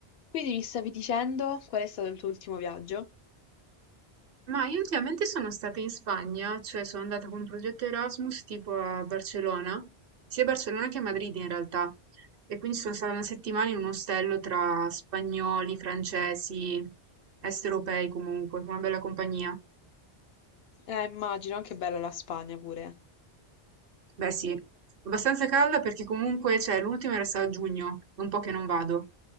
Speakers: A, on the left; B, on the right.
A: Quindi mi stavi dicendo qual è stato il tuo ultimo viaggio?
B: Ma io ultimamente sono stata in Spagna, cioè sono andata con un progetto Erasmus tipo a Barcellona, sia a Barcellona che a Madrid in realtà. E quindi sono stata una settimana in un ostello tra spagnoli, francesi, est europei
A: Mm.
B: comunque, con una bella compagnia.
A: Eh, immagino, anche bella la Spagna pure.
B: Beh sì, abbastanza calda perché comunque, cioè, l'ultimo era stato a giugno, è un po' che non vado,